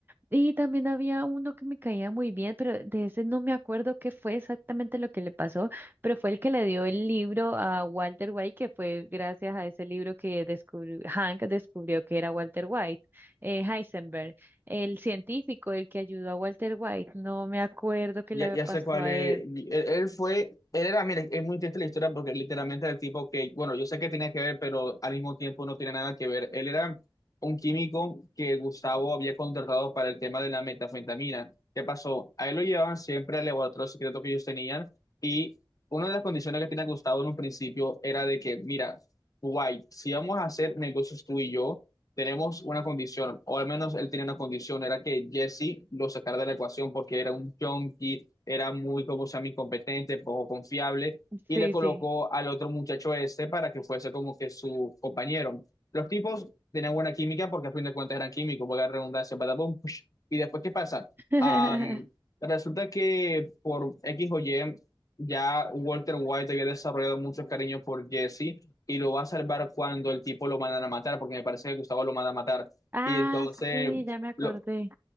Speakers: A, on the right; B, on the left.
A: Y también había uno que me caía muy bien, pero de ese no me acuerdo qué fue exactamente lo que le pasó, pero fue el que le dio el libro a Walter White, que fue gracias a ese libro que descubrió, Hank descubrió que era Walter White, eh, Heisenberg, el científico, el que ayudó a Walter White. No me acuerdo qué
B: Ya,
A: le
B: ya
A: pasó
B: sé cuál
A: a
B: es.
A: él.
B: Él, él fue, él era, mire, es muy triste la historia porque literalmente era el tipo que, bueno, yo sé que tenía que ver, pero al mismo tiempo no tiene nada que ver. Él era un químico que Gustavo había contratado para el tema de la metanfetamina. ¿Qué pasó? A él lo llevaban siempre al laboratorio secreto que ellos tenían y una de las condiciones que tenía Gustavo en un principio era de que, mira, White, si vamos a hacer negocios tú y yo, tenemos una condición, o al menos él tenía una condición, era que Jesse lo sacara de la ecuación porque era un junkie, era muy, como se llama, incompetente, poco confiable,
A: Sí,
B: y le colocó
A: sí.
B: al otro muchacho ese para que fuese como que su compañero. Los tipos tenían buena química porque a fin de cuentas eran químicos, porque la redundancia, badabum, push. Y después, ¿qué pasa?
A: <laughs>
B: Am, resulta que por X o Y, ya Walter White había desarrollado mucho cariño por Jesse y lo va a salvar cuando el tipo lo mandan a matar, porque me parece que Gustavo lo manda a matar.
A: Ah,
B: Y entonces,
A: sí, ya me acordé.
B: lo,